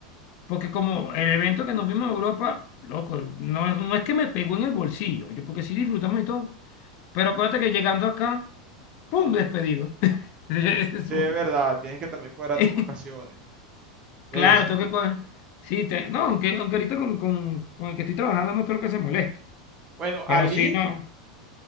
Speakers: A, on the left; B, on the right.
A: Porque como el evento que nos vimos en Europa, loco, no es, no es que me pegó en el bolsillo, yo porque sí disfrutamos y todo, pero acuérdate que llegando acá, ¡pum! despedido. <laughs> Eso-
B: De verdad, tienes que también cuadrar
A: <laughs>
B: tus vacaciones.
A: Claro,
B: Eso.
A: tengo que... cua- Sí, te- no, aunque, aunque ahorita con, con, con el que estoy trabajando no creo que se moleste,
B: Bueno,
A: pero
B: Ali
A: sí, no,